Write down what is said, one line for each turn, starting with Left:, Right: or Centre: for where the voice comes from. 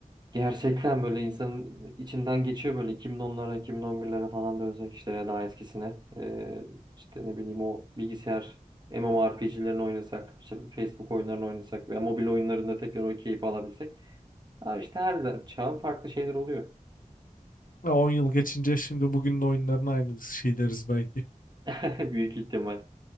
Right: Gerçekten böyle insanın içinden geçiyor böyle 2010'lara, 2011'lere falan dönsek işte ya daha eskisine. Ee, işte ne bileyim o bilgisayar MMORPG'lerini oynasak, işte Facebook oyunlarını oynasak veya mobil oyunlarında tekrar o keyfi alabilsek. Ha işte her çağın farklı şeyler oluyor.
Left: Ha, 10 yıl geçince şimdi bugünün oyunlarına aynı şey deriz belki.
Right: <laughs> Büyük ihtimal.